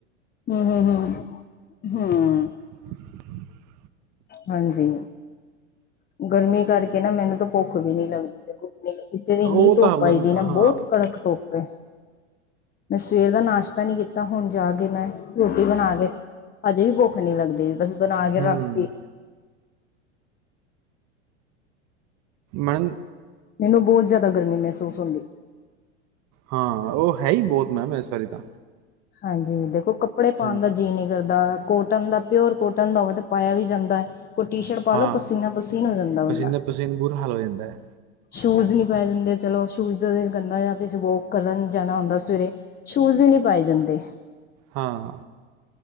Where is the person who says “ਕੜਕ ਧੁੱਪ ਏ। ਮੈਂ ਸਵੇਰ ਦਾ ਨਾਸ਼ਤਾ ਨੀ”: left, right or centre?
Left